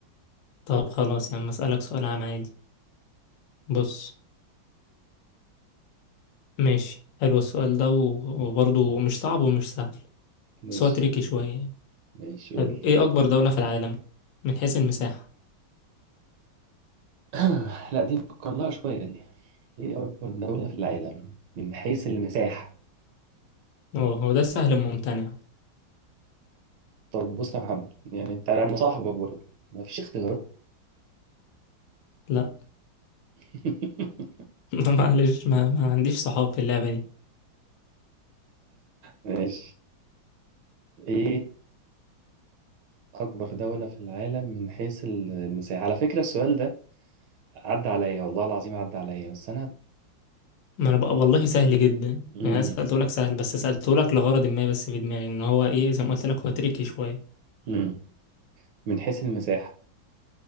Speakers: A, on the left (about 75°); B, on the right (about 75°).
A: طب خلاص يا عم أسألك سؤال عام عادي بص ماشي حلو السؤال ده و- وبرضه مش صعب ومش سهل
B: ماشي
A: بس هو تريكي شوية يعني
B: ماشي
A: حلو
B: قول
A: إيه أكبر دولة في العالم من حيث المساحة
B: <clears throat> لا دي نفكر لها شوية دي ايه اكبر دولة في العالم من حيث المساحة
A: اه هو ده سهل ممتنع
B: طب بص يا محمد يعني انت انا صاحبك برضه مفيش اختيارات
A: لا
B: <laughs>
A: <laughs> معلش ما, ما عنديش صحاب في اللعبة دي
B: ماشي ايه اكبر دولة في العالم من حيث ال- المساحة على فكرة السؤال ده عدى عليا والله العظيم عدى عليا بس انا
A: ما انا بقى والله سهل جدا
B: مم.
A: يعني انا سألته لك سهل بس سألته لك لغرض ما بس في دماغي ان هو ايه زي ما قلت لك هو تريكي شوية
B: مم. من حيث المساحة